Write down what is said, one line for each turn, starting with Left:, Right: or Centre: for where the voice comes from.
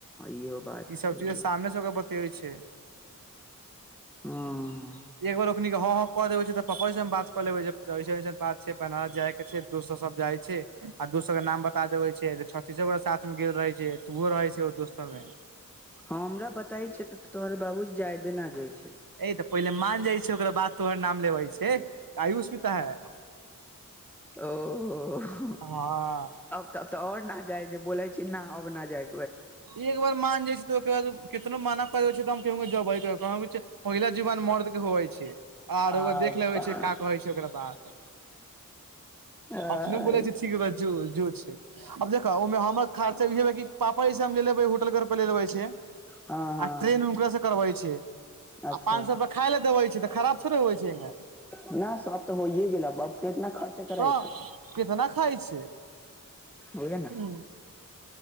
Centre: इहो बात
Right: ई सब
Centre: छै इहो
Right: चीज सामने सबके बतेबै छै
Centre: हँ
Right: एक बेर ओखनी के हं हं कऽ देबै छैय तऽ पपा बात कऽ लेबैसन अन बात छैय बनारस जाय के छै दोस्तर सब जाय छैय आ दोस्त सब के नाम बता देबे छिये त छीसक साथ मे गेल रहे छिये त ओहो रहे छै दोस्तो मे
Centre: हँ हमरा बताई छै त तोहरे बाबूजी जायदे न जाए छै
Right: ए त पहिले मान जाइ छै ओकरा बाद तोहर नाम लेबै छै आयुष्विता है
Centre: ओहो
Right: हँ
Centre: तब त और न जाय जे बोले छी न अब न जाय
Right: एक बार मान जाइ छै त ओकर बाद कितनो माना कर छै त हम के जबै कह पहिला जीवन मर्द के होवे छै हँ रउआ
Centre: आ
Right: देख ले होइ छै का कहै छै ओकरा बाद
Centre: हँ
Right: अपने बुले छी ठीक बात जो जो छै अब देख ओहिमे हमर खर्चा इे है की पापाजी सँ हम लेे लेब होटल घर पर ले लेबै छै आ
Centre: हँ
Right: ट्रेन हुकरा स करबै छै
Centre: अच्छा
Right: आ पाँच सौ रुपया खाय ल देवे छै त खराब थोड़े हो छैगे
Centre: नहि सब त होइए गेल बाप के इतना खर्चा कराय
Right: तऽ
Centre: छै
Right: कितना खाए छै
Centre: ओए न
Right: हूँ